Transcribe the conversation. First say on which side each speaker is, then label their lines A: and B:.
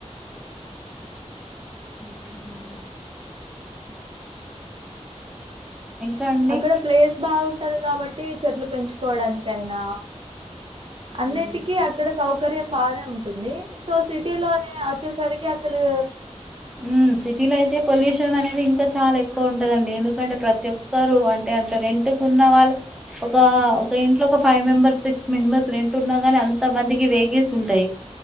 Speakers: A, in the centre; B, on the right (about 50°).
A: మ్మ్. ఇంకా అండి
B: అక్కడ ప్లేస్ బాగుంటంది కాబట్టి చెట్లు పెంచుకోవడానిక అయినా అన్నిటికీ
A: మ్మ్.
B: అక్కడ సౌకర్యం బానే ఉంటుంది సో సిటీలోనే వచ్చేసరికి అ సలు
A: ఉ సిటీలో అయితే పొల్యూషన్ అనేది ఇంకా చాలా ఎక్ ఎక్కువ ఉంటదండి ఎందుకంటే ప్రతి ఒక్కరు అంటే అంటే రెంట్ కు ఉన్న వాళ్ళు ఒక ఒక ఇంట్లో ఒక five members six members rent ఉన్నా ని అంత మందికి వెహికల్స్ ఉంటాయి